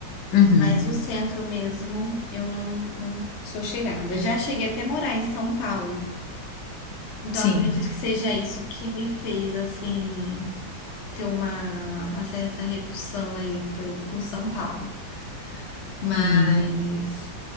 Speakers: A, on the left; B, on the left.
A: Uhum,
B: mas o centro mesmo, eu não, não sou chegada. Já cheguei até a morar em São Paulo. Então
A: sim.
B: acredito que seja isso que me fez assim ter uma, uma certa repulsão aí pelo, por São Paulo. Mas
A: Uhum.